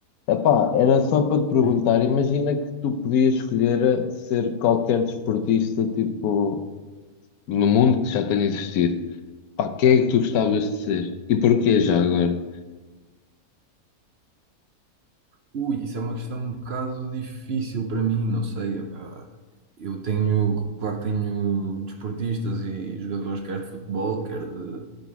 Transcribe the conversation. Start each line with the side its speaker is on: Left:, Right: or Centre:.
Left: Epá, era só para te perguntar,
Right: Sim.
Left: imagina que tu podias escolher ser qualquer desportista, tipo, no mundo que já tenha existido. Pá, quem é que tu gostavas de ser? E porquê já agora?
Right: Ui, isso é uma questão um bocado difícil para mim, não sei. epá. Eu tenho, claro que tenho desportistas e jogadores, quer de futebol, quer de